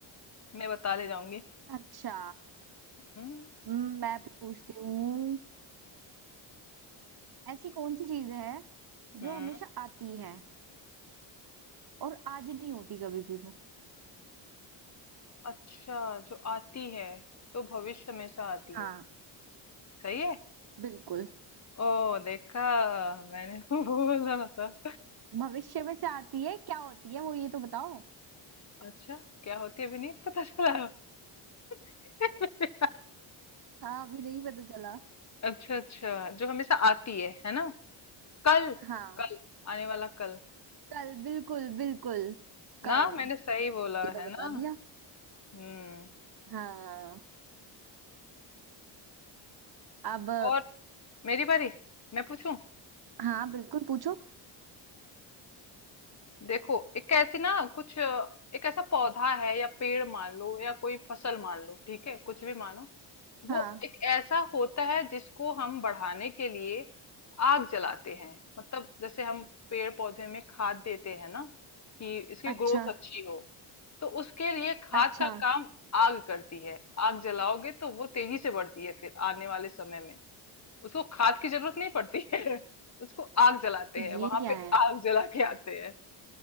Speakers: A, on the left; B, on the right.
A: मैं बता ले जाऊंगी
B: अच्छा
A: हम्म
B: हम्म, मैं पूछती हूँ ऐसी कौन सी चीज है
A: हम्म,
B: जो हमेशा आती है और आज नहीं होती कभी भी वो
A: अच्छा जो आती है तो भविष्य हमेशा आती
B: हाँ
A: है सही है
B: बिल्कुल
A: ओ देखा मैंने <laughs> वो बोला था
B: भविष्य में से आती है क्या होती है वो ये तो बताओ
A: अच्छा क्या होती है अभी नहीं पता चला <laughs>
B: हाँ अभी नहीं पता चला
A: अच्छा अच्छा जो हमेशा आती है है ना कल
B: हाँ
A: कल आने वाला कल
B: कल बिल्कुल बिल्कुल
A: ना
B: कल
A: मैंने सही बोला
B: ये तो
A: है
B: बता
A: ना
B: दिया
A: हम्म
B: हाँ अब
A: और मेरी बारी मैं पूछूं
B: हाँ बिल्कुल पूछो
A: देखो एक ऐसी ना कुछ अ, एक ऐसा पौधा है या पेड़ मान लो या कोई फसल मान लो ठीक है कुछ भी मानो वो
B: हाँ
A: एक ऐसा होता है जिसको हम बढ़ाने के लिए आग जलाते हैं मतलब जैसे हम पेड़ पौधे में खाद देते हैं ना कि इसकी
B: अच्छा
A: ग्रोथ अच्छी हो तो उसके लिए खाद
B: अच्छा
A: का काम आग करती है आग जलाओगे तो वो तेजी से बढ़ती है फिर आने वाले समय में उसको खाद की जरूरत नहीं पड़ती है <laughs> उसको आग जलाते हैं
B: ये
A: वहां
B: क्या
A: पे
B: है
A: आग जला के आते हैं